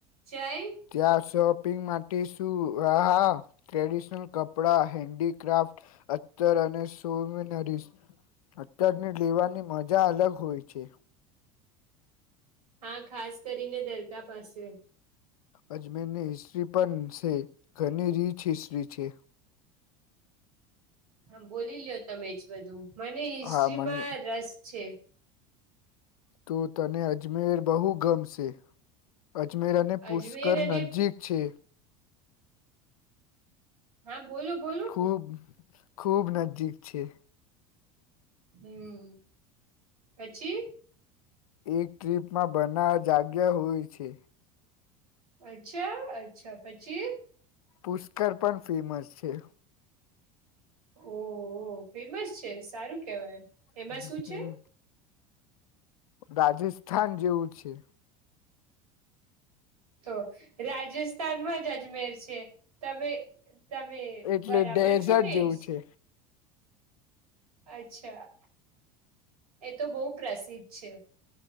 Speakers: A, on the right; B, on the left.
A: જાય.
B: ત્યાં શોપિંગ માટે શું હ હા. ટ્રેડિશનલ કપડા હેન્ડીક્રાફ્ટ અતર અને સોમનરીસ. અત્યારની લેવાની મજા અલગ હોય છે.
A: હા, ખાસ કરીને દરગાહ પાસે.
B: અજમેર ની હિસ્ટ્રી પણ છે, ઘણી રીચ હિસ્ટ્રી છે.
A: હા, બોલી લ્યો તમે જ બધું મને હિસ્ટ્રીમાં
B: હા મને
A: રસ છે.
B: તો તને અજમેર બહુ ગમશે. અજમેર અને પુષ્કર
A: અજમેર અને
B: નજીક છે.
A: હા, બોલો બોલો.
B: ખૂબ ખૂબ નજીક છે.
A: હમ્મ, પછી.
B: એક ટ્રીપમાં બના જાગ્યા હોય છે.
A: અચ્છા અચ્છા પછી.
B: પુષ્કર પણ ફેમસ છે.
A: ઓહ હો ફેમસ છે સારું કેવાય. એમાં
B: હમ્મ,
A: શું
B: હમ્મ.
A: છે
B: રાજસ્થાન જેવું છે.
A: તો રાજસ્થાનમાં જ અજમેર છે. તમે તમે
B: એટલે
A: બરાબર
B: ડેઝર્ટ
A: છો ને
B: જેવું
A: જ?
B: છે
A: અચ્છા એ તો બહુ પ્રસિદ્ધ છે.